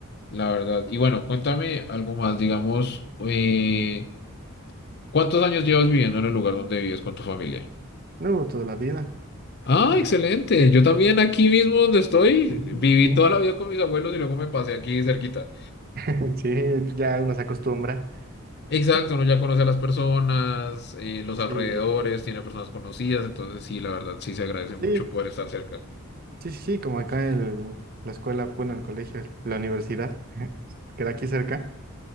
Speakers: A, on the left; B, on the right.
A: la verdad. Y bueno, cuéntame algo más, digamos, eh, ¿Cuántos años llevas viviendo en el lugar donde vives con tu familia?
B: No, toda la vida.
A: Ah,
B: Ya.
A: excelente. Yo también aquí mismo donde estoy,
B: Sí,
A: viví
B: sí.
A: toda la vida con mis abuelos y luego me pasé aquí cerquita.
B: <laughs> Sí, ya uno se acostumbra.
A: Exacto,
B: Sí,
A: uno ya conoce a las personas, eh, los alrededores,
B: sí,
A: tiene personas conocidas, entonces sí, la verdad, sí se agradece mucho
B: sí,
A: poder estar cerca.
B: sí, sí, como acá en la escuela, bueno, el colegio, la universidad, <laughs> queda aquí cerca.